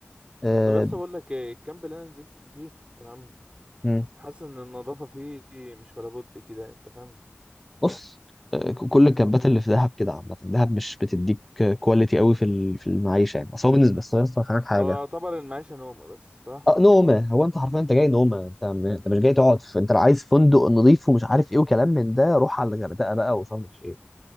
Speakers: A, in the centre; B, on the right (about 25°).
A: آه،
B: طب يا اسطى بقول لك ايه الكامب اللي انا نزلت فيه تمام
A: مم.
B: حاسس ان النظافة فيه مش ولا بد كده انت فاهم
A: بص آه، كل الكامبات اللي في دهب كده عامه دهب مش بتديك كواليتي قوي في ال- في المعيشه يعني اصل هو بالنسبه بس يا اسطى هناك حاجه
B: هو يعتبر المعيشة نومة بس صح
A: اه نومه هو انت حرفيا انت جاي نومه انت م- انت مش جاي تقعد في... انت لو عايز فندق نظيف ومش عارف ايه وكلام من ده روح على الغردقه بقى وصل مش ايه